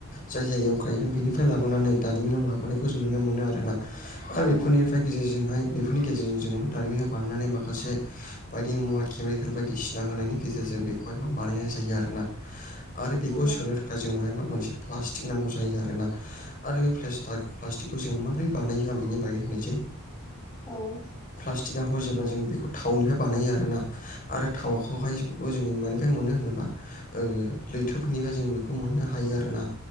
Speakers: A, on the left (about 40°); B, on the left (about 15°).
A: जाय जायगायाव गायगोन बेनिफ्राय लाबोनानै दारिमिनाव लाबोनायखो जों नुनो मोनो आरोना। आरो
B: नंगौ
A: बेफोरनिफ्राय गेजेरजोंहाय बेफोरनि गेजेरजों जों मा दारिमिनाव बानायनानै माखासे बायदि मुवा केमिकेल बायदिसिना होनायनि गेजेरजों बेखौहाय मा बानायनाय जायो आरोना। आरो बेखौ
B: नंगौ
A: सोनो थाखाय जोंनोहाय मा मोनसे प्लास्टिक नांगौ जायो आरो ना। आरो फ्लेसट्राक प्लास्टिकखौ जों माबोरै बानायो आं बेनि बागै होननोसै।
B: औ
A: फिथिखाखौ जेब्ला जों बेखौ थावनिफ्राय बानायो आरोना आरो थावाखौहायबो जोंङो मानिफ्राय मोनो होनोब्ला ओ लैथोफोरनिफ्राय जों बेखौ मोननो हायो आरोना